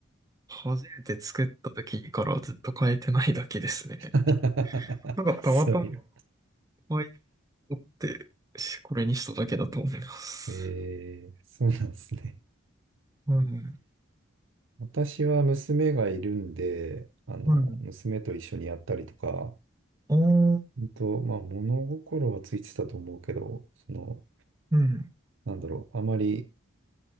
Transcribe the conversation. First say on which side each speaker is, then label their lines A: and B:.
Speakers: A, on the right (about 15°); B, on the right (about 65°).
A: 初めて作った時からずっと変えてないだけですね。
B: <laughs>
A: なんかたまたま
B: そういう。
A: 可愛いと思って、しこれにしただけだと思います。
B: えー、そうなんですね。
A: うん。
B: 私は娘がいるんで、あの、
A: うん。
B: 娘と一緒にやったりとか、
A: おー、
B: うんと、まあ、物心はついてたと思うけど、その、
A: うん。
B: なんだろう、あまり